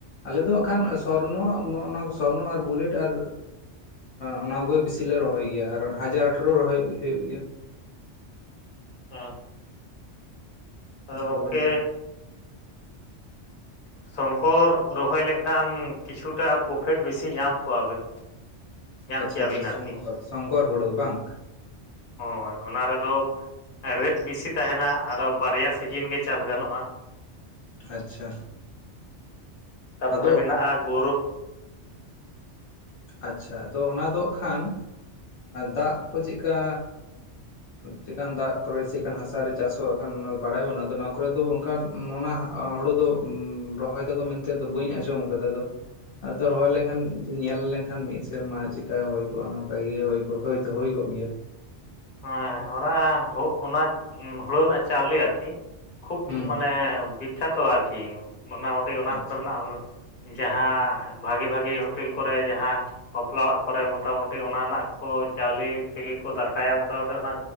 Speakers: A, on the left; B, on the left.
A: ᱟᱞᱮ ᱫᱚ ᱦᱟᱠᱷᱟᱱ ᱥᱚᱨᱱᱚ ᱱᱚᱜ ᱱᱚᱣᱟ ᱥᱚᱨᱱᱚ ᱟᱨ ᱵᱩᱞᱮᱴ ᱟᱨᱼᱼ ᱚᱱᱟ ᱠᱚᱜᱮ ᱵᱤᱥᱤ ᱞᱮ ᱨᱚᱦᱚᱭ ᱜᱮᱭᱟ ᱟᱨ ᱦᱟᱡᱟᱨ ᱟᱴᱷᱟᱨᱚ ᱨᱚᱦᱚᱭ ᱦᱩᱭᱩᱜ ᱜᱮᱭᱟᱼᱼ
B: ᱦᱩᱸ ᱟ ᱜᱚᱢᱠᱮᱼᱼ
A: ᱦᱳᱲᱳ ᱨᱮᱱᱟᱜ ᱧᱩᱛᱩᱢ
B: ᱥᱚᱝᱠᱚᱨ ᱨᱚᱦᱚᱭ ᱞᱮᱠᱷᱟᱱ ᱠᱤᱪᱷᱩᱴᱟ ᱯᱨᱚᱯᱷᱮᱴ ᱵᱮᱥᱤ ᱧᱟᱢ ᱠᱚᱜᱼᱟᱵᱤᱱ᱾ ᱧᱟᱢ
A: ᱟᱪᱪᱷᱟ
B: ᱠᱮᱭᱟᱵᱤᱱ
A: ᱟᱪᱪᱷᱟ ᱥᱚᱝᱠᱚᱨ
B: ᱟᱨᱠᱤ᱾
A: ᱥᱚᱝᱠᱚᱨ ᱦᱳᱲᱳ ᱵᱟᱝ?
B: ᱦᱳᱭ ᱚᱱᱟ ᱨᱮᱫᱚ ᱨᱮᱴ ᱵᱮᱥᱤ ᱛᱟᱦᱮᱱᱟ ᱟᱫᱚ ᱵᱟᱨᱭᱟ ᱥᱤᱡᱤᱱ ᱜᱮ ᱪᱟᱥ ᱜᱟᱱᱚᱜ-ᱟ᱾
A: ᱟᱪᱪᱷᱟ᱾
B: ᱛᱟᱯᱚᱨᱮ
A: ᱟᱫᱚ
B: ᱢᱮᱱᱟᱜ-ᱟ ᱜᱳᱨᱚᱵᱼᱼ
A: ᱟᱪᱪᱷᱟ ᱟᱫᱚ ᱚᱱᱟ ᱫᱚ ᱱᱟᱠᱷᱟᱱᱼᱼ ᱫᱟᱜ ᱠᱚ ᱪᱮᱫᱠᱟ ᱪᱮᱫᱠᱟᱱ ᱫᱟᱜ ᱠᱚᱨᱮ ᱪᱮᱫᱠᱟᱱ ᱦᱟᱥᱟᱨᱮ ᱪᱟᱥᱼᱼ ᱟᱱ ᱵᱟᱲᱟᱭ ᱵᱟᱹᱱᱩᱜ-ᱟ ᱟᱫᱚ ᱱᱚᱣᱟ ᱠᱚᱨᱮ ᱫᱚ ᱚᱱᱠᱷᱟᱱ ᱦᱳᱲᱳ ᱫᱚ ᱨᱚᱦᱚᱭ ᱫᱟᱠᱚ ᱢᱮᱱᱛᱮᱼᱼ ᱛᱮ ᱫᱚ ᱵᱟᱹᱧ ᱟᱸᱡᱚᱢ ᱟᱠᱟᱫᱟ ᱟᱫᱚ ᱨᱚᱦᱚᱭ ᱞᱮᱱᱠᱷᱟᱱ ᱧᱮᱞ ᱞᱮᱠᱷᱟᱱ, ᱮᱱᱠᱷᱟᱱ ᱢᱤᱫ ᱥᱮᱨᱢᱟ ᱪᱮᱠᱟ ᱦᱩᱭ ᱠᱚᱜ-ᱟ ᱚᱱᱟ ᱵᱷᱟᱜᱤ ᱜᱮ ᱦᱩᱭ ᱠᱚᱜ ᱫᱚ ᱦᱩᱭ ᱠᱚᱜ ᱜᱮᱭᱟ᱾
B: ᱦᱮᱸ ᱚᱱᱟ ᱚᱱᱟ ᱦᱳᱲᱳ ᱨᱮᱱᱟᱜ ᱪᱟᱣᱞᱮ ᱟᱨᱠᱤᱼᱼ ᱠᱷᱩᱵ
A: ᱦᱩᱸ
B: ᱢᱟᱱᱮ ᱵᱤᱠᱷᱟᱛᱚ ᱟᱨᱠᱤ ᱢᱳᱴᱟᱢᱩᱴᱤ ᱚᱱᱟ
A: ᱟᱪᱪᱷᱟ
B: ᱠᱚᱨᱮᱱᱟᱜᱼᱼ ᱡᱟᱦᱟᱸ ᱵᱷᱟᱜᱮ ᱵᱷᱟᱜᱮ ᱦᱳᱴᱮᱞ ᱠᱚᱨᱮ ᱡᱟᱦᱟᱸᱼᱼ ᱵᱟᱯᱞᱟ ᱚᱲᱟᱜ ᱠᱚᱨᱮ ᱢᱚᱴᱟᱢᱩᱴᱤ ᱚᱱᱟ ᱨᱮᱱᱟᱜ ᱠᱚ ᱪᱟᱣᱞᱮ ᱛᱮᱜᱮ ᱠᱚ ᱫᱟᱠᱼᱼ ᱠᱟᱭᱟ ᱢᱳᱚᱴᱟᱢᱩᱴᱤ ᱚᱱᱟ